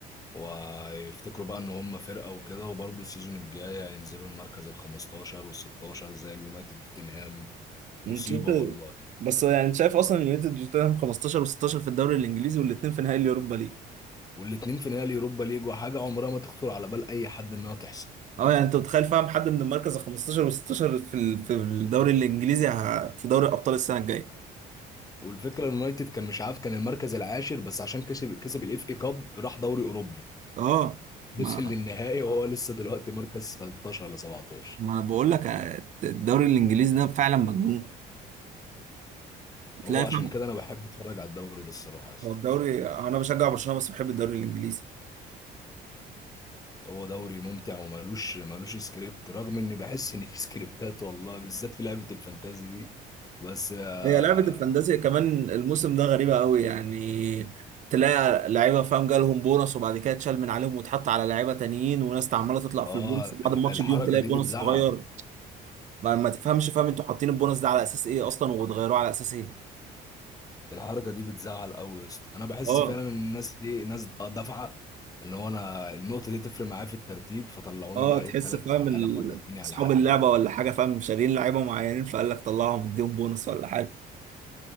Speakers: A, on the left; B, on the right.
A: ويفتكروا بقى ان هم فرقه وكده وبرضه السيزون الجاي هينزلوا المركز ال 15 وال 16 زي اليونايتد وتوتنهام
B: نشوف-
A: مصيبه والله
B: بس يعني انت شايف اصلا اليونايتد وتوتنهام 15 و16 في الدوري الانجليزي والاثنين في نهائي اليوروبا ليج
A: والاتنين في نهائي اليوروبا ليج وحاجه عمرها ما تخطر على بال اي حد انها تحصل
B: اه يعني انت متخيل فاهم حد من المركز ال 15 و16 في ال- في الدوري الانجليزي ه- في دوري ابطال السنه الجايه
A: والفكره ان اليونايتد كان مش عارف كان المركز العاشر بس عشان كسب كسب الاف اي كاب راح دوري اوروبي
B: اه ما
A: وصل للنهائي وهو لسه دلوقتي مركز 16 ولا 17
B: ما انا بقول لك آه، الدوري الانجليزي ده فعلا مجنون تلاقي
A: هو عشان
B: فاهم
A: كده انا بحب اتفرج على الدوري ده الصراحه يا اسطى
B: هو الدوري انا بشجع برشلونه بس بحب الدوري الانجليزي
A: هو دوري ممتع وملوش ملوش سكريبت رغم اني بحس ان في <laughs> سكريبتات والله بالذات في لعبه الفانتازي دي بس اه
B: هي لعبة الفانتازيا كمان الموسم ده غريبة قوي يعني تلاقي لعيبة فاهم جالهم بونص وبعد كده اتشال من عليهم واتحط على لعيبة تانيين وناس عمالة تطلع في
A: آه،
B: البونص بعد
A: الح-
B: الماتش
A: الحركه
B: بيوم تلاقي
A: دي
B: بونص
A: بتزعل
B: اتغير ما, ما تفهمش فاهم انتوا حاطين البونص ده على اساس ايه اصلا وبتغيروه على اساس ايه
A: الحركه دي بتزعل قوي يا اسطى انا بحس
B: اه
A: فعلا ان الناس ايه ناس دافعه ان هو انا النقطه دي تفرق معايا في الترتيب فطلعوني
B: اه
A: بقى
B: تحس
A: ايه التالت
B: فاهم
A: على
B: ال-
A: العالم ولا التاني على
B: اصحاب
A: العالم
B: اللعبة ولا حاجة فاهم شاريين لعيبة معينين فقال لك طلعهم اديهم بونص ولا حاجة